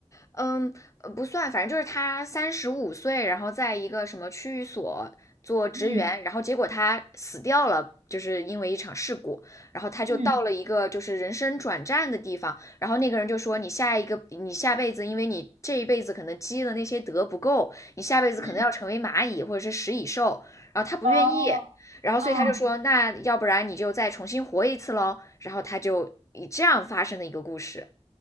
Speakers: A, on the left (about 25°); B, on the right (about 80°).
A: 嗯，呃不算，反正就是他三十五岁，然后在一个什么区域所做职员，
B: 嗯
A: 然后结果他死掉了，就是因为一场事故，然后他就到了一个就是人生转站的地方，
B: 嗯
A: 然后那个人就说你下一个你下辈子，因为你这一辈子可能积的那些德不够，你下辈子可能要成为蚂蚁或者是食蚁兽，
B: 嗯，
A: 然后他不愿意，
B: 哦，
A: 然后所以他就说那要不然你就再重新活一次喽，
B: 嗯，
A: 然后他就以这样发生的一个故事。